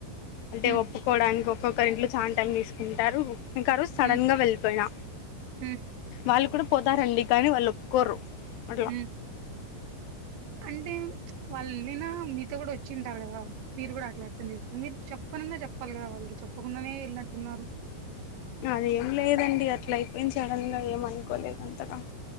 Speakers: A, on the left; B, on the right.
A: అంటే
B: ఉమ్
A: ఒప్పుకోడానికి ఒక్కొక్కరి ఇంట్లో చాలా టైం తీసుకుంటారు ఇంకా ఆ రోజు సడన్గా
B: ఉమ్
A: వెళ్ళిపోయినా
B: ఉమ్
A: వాళ్ళు కూడా పోతారండి కానీ వాళ్ళు ఒప్పుకోరు అట్లా
B: ఉం అంటే వా వేళ్ళిన మీతో కూడా వచ్చింటారు కదా మీరు కూడా అట్లా అర్థం చేసుకున్నారు మీరు చెప్పనున్నా చెప్పాలి కదా వాళ్ళకి చెప్పకుండానే వెళ్ళినట్టున్నారు
A: అదేం లేదండి అట్లా అయిపోయింది సడన్ గా ఏమనుకోలేదు అంతగా